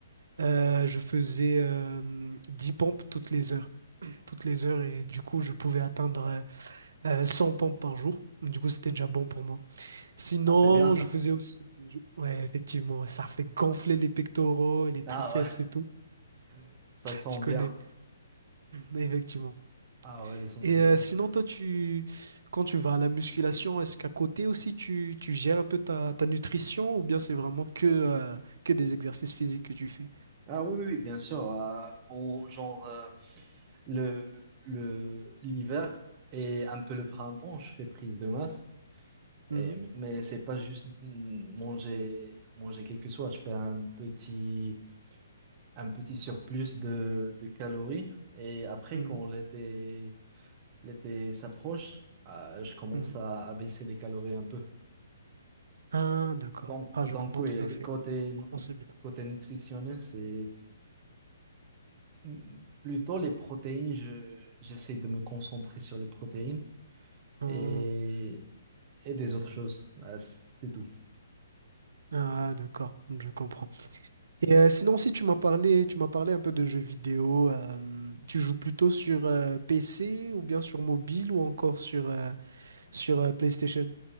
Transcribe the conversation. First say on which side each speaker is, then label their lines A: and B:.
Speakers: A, on the right; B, on the right.
A: euh, je faisais euh, 10 pompes toutes les heures. Toutes les heures et du coup je pouvais atteindre euh, euh, 100 pompes par jour. Du coup, c'était déjà bon pour moi. Sinon,
B: Ah, c'est bien ça.
A: je faisais aussi... je- Ouais, effectivement, ça fait gonfler les pectoraux et les triceps
B: Ah ouais,
A: et tout.
B: <laughs> ça sent
A: Tu connais,
B: bien.
A: effectivement.
B: Ah ouais, le sens
A: Et
B: du
A: euh,
B: mot.
A: sinon, toi, tu, quand tu vas à la musculation, est-ce qu'à côté aussi, tu, tu gères un peu ta, ta nutrition ou bien c'est vraiment que, euh, que des exercices physiques que tu fais?
B: Ah oui, oui, oui, bien sûr. Euh, on- genre, euh, le, le, l'hiver et un peu le printemps, je fais prise de masse.
A: Mhm,
B: Et- mais c'est pas juste mm, manger, manger quelque chose. Je fais un petit, un petit surplus de, de calories. Et après,
A: mhm,
B: quand l'été, l'été s'approche, euh, je commence
A: mhm.
B: à, à baisser les calories un peu.
A: Ah, d'accord.
B: Donc,
A: Ah, je
B: donc
A: comprends
B: oui,
A: tout à fait.
B: côté,
A: Franchement, c'est bien.
B: côté nutritionnel, c'est mm, plutôt les protéines. Je, j'essaie de me concentrer sur les protéines
A: Ah,
B: et, et des autres choses. Euh, C'est tout.
A: ah, d'accord, je comprends. Et euh, sinon, si tu m'as parlé, tu m'as parlé un peu de jeux vidéo, euh, tu joues plutôt sur euh, PC ou bien sur mobile ou encore sur, euh, sur euh, PlayStation?